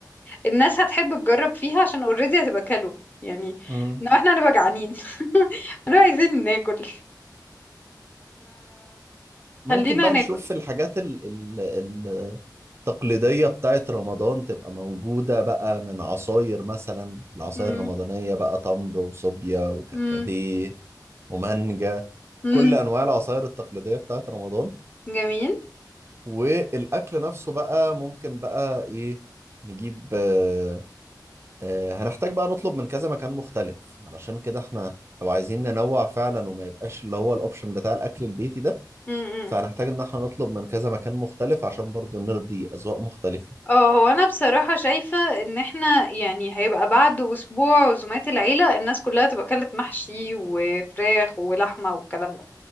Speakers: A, on the left; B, on the right.
A: الناس هتحب تجرب فيها عشان اوريدي هتبقى كلو يعني
B: مم.
A: ان احنا هنبقى جعانين <laughs> هنبقى عايزين ناكل
B: فممكن
A: فخلينا
B: بقى
A: ناكل
B: نشوف الحاجات ال- ال- التقليدية بتاعت رمضان تبقى موجودة بقى من عصاير مثلا العصاير
A: امم
B: الرمضانية بقى تمر وصوبيا وكركديه
A: امم
B: ومانجا
A: امم
B: كل أنواع العصاير التقليدية بتاعت رمضان
A: جميل
B: والأكل نفسه بقى ممكن بقى إيه نجيب آه آه هنحتاج بقى نطلب من كذا مكان مختلف علشان كده إحنا لو عايزين ننوع فعلا وما يبقاش اللي هو الأوبشن بتاع الأكل البيتي ده
A: امم
B: فهنحتاج إن إحنا نطلب من كذا مكان مختلف عشان برضو نرضي أذواق مختلفة
A: اه هو انا بصراحة شايفة ان احنا يعني هيبقى بعد اسبوع عزومات العيلة الناس كلها تبقى اكلت محشي وفراخ ولحمة والكلام ده